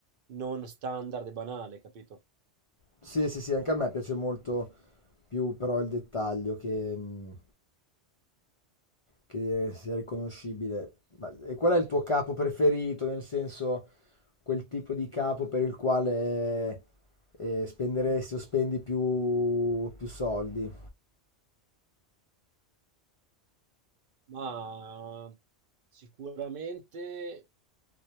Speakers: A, on the right; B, on the left.
A: non standard e banale, capito?
B: Sì, sì, sì, anche a me piace molto più però il dettaglio che... mm, che eh, sia riconoscibile. Ma e qual è il tuo capo preferito? Nel senso, quel tipo di capo per il quale eh, spenderesti o spendi più, più soldi?
A: Ma sicuramente